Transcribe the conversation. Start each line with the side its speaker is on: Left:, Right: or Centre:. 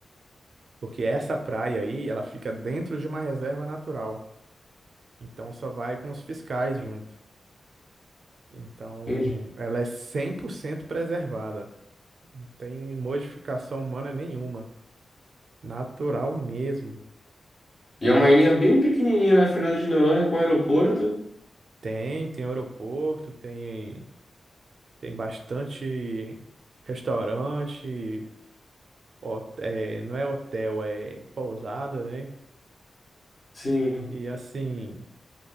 Right: porque essa praia aí, ela fica dentro de uma reserva natural. Então, só vai com os fiscais junto. Então,
Left: entendi.
Right: ela é 100% preservada. Não tem modificação humana nenhuma. Natural mesmo.
Left: E é uma ilhinha bem pequenininha, né? Fernando de Noronha com aeroporto.
Right: Tem, tem aeroporto, tem, tem bastante restaurante, hot- é, não é hotel, é pousada, né?
Left: Sim.
Right: E assim,